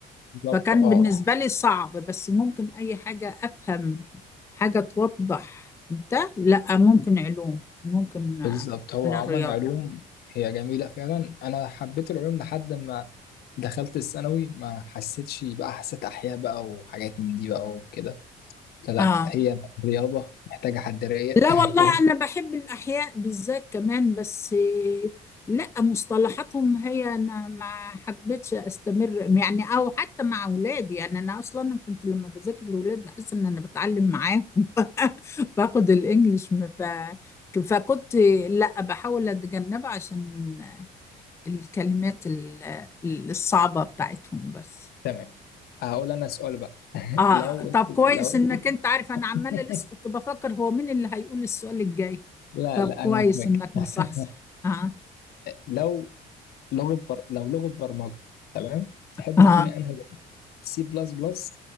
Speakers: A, on the left; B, on the left.
A: بالظبط
B: فكان
A: اه
B: بالنسبه
A: اه
B: لي صعب بس ممكن اي حاجه افهم حاجه توضح ده لا ممكن علوم ممكن آه،
A: بالظبط هو
B: عن الرياضه
A: عموما علوم هي جميلة فعلا أنا حبيت العلوم لحد ما دخلت الثانوي ما حسيتش بقى حسيت أحياء بقى وحاجات من دي بقى وكده فلا
B: اه
A: هي رياضة محتاجة حد رايق
B: لا والله
A: <laughs> و-
B: أنا بحب الأحياء بالذات كمان بس لا مصطلحاتهم هي أنا ما حبيتش أستمر يعني أو حتى مع أولادي يعني أنا أصلا أنا كنت لما بذاكر لأولاد بحس إن أنا بتعلم معاهم <laughs> باخد الإنجليش ما ف... فكنت لا بحاول أتجنبها عشان الكلمات ال- الصعبة بتاعتهم بس
A: تمام هقول أنا سؤال بقى <laughs>
B: اه
A: لو
B: طب
A: أنت
B: كويس
A: لو أنت
B: انك انت عارف انا عمالة
A: <laughs>
B: لسه كنت بفكر هو مين اللي هيقول السؤال الجاي
A: لا
B: طب
A: لا
B: كويس
A: أنا هفهمك
B: انك
A: <laughs>
B: مصحصح اه
A: لو لغة بر... لو لغة برمجة تمام تحب
B: اه
A: تكوني أنهي لغة؟ سي بلس بلس